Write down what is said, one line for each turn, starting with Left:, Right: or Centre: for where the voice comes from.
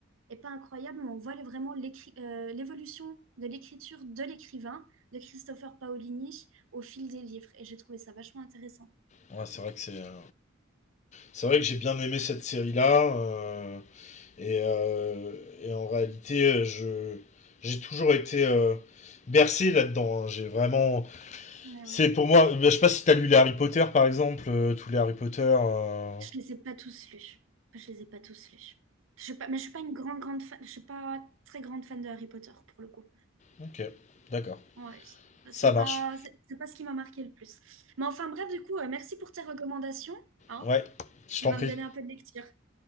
Right: est pas incroyable, mais on voit les- vraiment l'écri- euh, l'évolution de l'écriture de l'écrivain, de Christopher Paolini, au fil des livres. Et j'ai trouvé ça vachement intéressant.
Left: Ouais, c'est vrai que c'est. euh, C'est vrai que j'ai bien aimé cette série-là. euh, et, euh, et en réalité, euh, je j'ai toujours été euh, bercé là-dedans. hein. J'ai vraiment.
Right: Ah
Left: C'est
Right: ouais.
Left: pour moi. ben, je sais pas si t'as lu les Harry Potter par exemple, euh, tous les Harry Potter. euh,
Right: Je les ai pas tous lus. Je les ai pas tous lus. Je suis pas, mais je suis pas une grande, grande fan. Je suis pas très grande fan de Harry Potter pour le coup.
Left: Ok, d'accord.
Right: Ouais, c'est
Left: Ça marche.
Right: pas, c'est c'est pas ce qui m'a marqué le plus. Mais enfin bref, du coup, euh, merci pour tes recommandations, hein.
Left: Ouais, je
Right: Ça
Left: t'en
Right: va
Left: prie.
Right: me donner un peu de lecture.